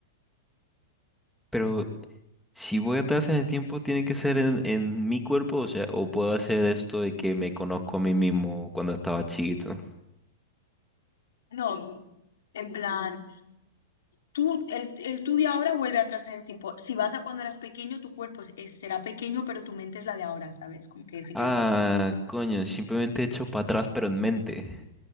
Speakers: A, in the centre; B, on the left.
A: Pero si voy atrás en el tiempo, ¿tiene que ser en, en mi cuerpo? O sea, ¿o puedo hacer esto de que me conozco a mí mismo cuando estaba chiquito?
B: No, en plan, tú, el, el tú de ahora vuelve atrás en el tiempo. Si vas a cuando eras pequeño, tu cuerpo es- será pequeño, pero tu mente es la de ahora, ¿sabes? Como que sí que
A: Ah,
B: lo sabes.
A: coño, simplemente he hecho para atrás, pero en mente.